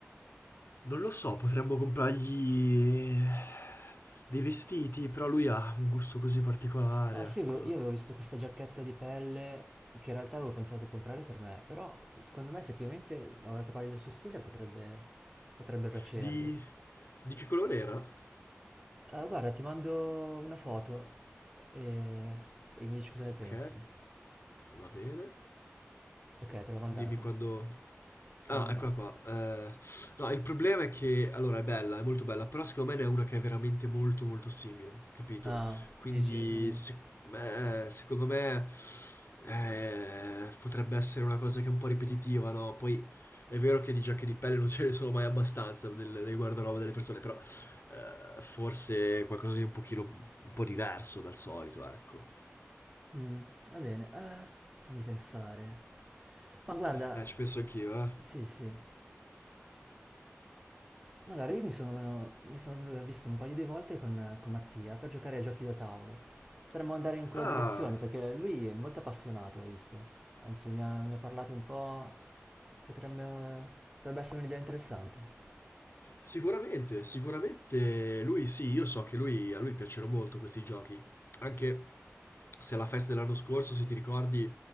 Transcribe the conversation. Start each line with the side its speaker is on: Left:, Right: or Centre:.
Left: non lo so, potremmo comprargli dei vestiti, però lui ha un gusto così particolare.
Right: Ah sì, avevo-
Left: Eh,
Right: io avevo visto questa giacchetta di pelle che in realtà avevo pensato di comprare per me, però secondo me effettivamente, ora che parli del suo stile, potrebbe, potrebbe piacergli.
Left: di. Di che colore era?
Right: Eh, guarda, ti mando una foto e, e mi dici cosa ne
Left: Ok,
Right: pensi.
Left: va bene.
Right: Ok, te l'ho mandato,
Left: Dimmi quando...
Right: te
Left: Ah,
Right: l'ho mandato.
Left: eccola qua. Eh, no, il problema è che, allora, è bella, è molto bella, però secondo me ne è una che è veramente molto molto simile, capito?
Right: Ah,
Left: Quindi,
Right: dici, mm,
Left: se- eh, secondo me, eh, potrebbe essere una cosa che è un po' ripetitiva, no? Poi è vero che di giacche di pelle non ce ne sono mai abbastanza nel, nel guardaroba delle persone, però eh, forse qualcosa di un pochino, un po' diverso dal solito, ecco.
Right: mm, va bene, eh, fammi pensare. Ma guarda,
Left: Eh, ci penso anch'io, eh.
Right: sì, sì, magari io mi sono, mi sono visto un paio di volte con, con Mattia per giocare ai giochi da tavolo. Potremmo andare in quella
Left: Ah...
Right: direzione perché lui è molto appassionato, ho visto. Anzi, mi ha, mi ha parlato un po', potrebbe, potrebbe essere un'idea interessante.
Left: Sicuramente, sicuramente lui sì, io so che lui, a lui piacciono molto questi giochi, anche se alla festa dell'anno scorso, se ti ricordi,